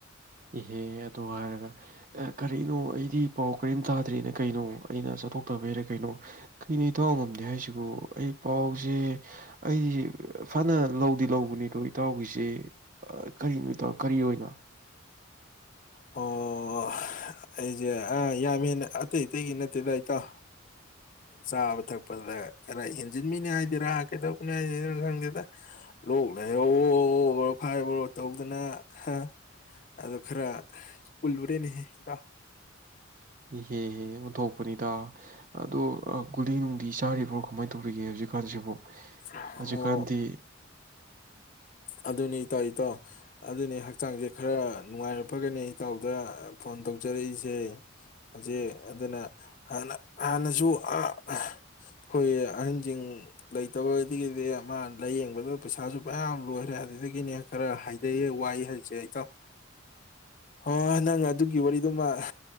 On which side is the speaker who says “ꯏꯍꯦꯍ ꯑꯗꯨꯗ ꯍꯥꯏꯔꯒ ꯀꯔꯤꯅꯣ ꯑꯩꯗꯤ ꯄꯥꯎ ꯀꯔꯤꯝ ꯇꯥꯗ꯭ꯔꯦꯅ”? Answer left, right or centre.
Right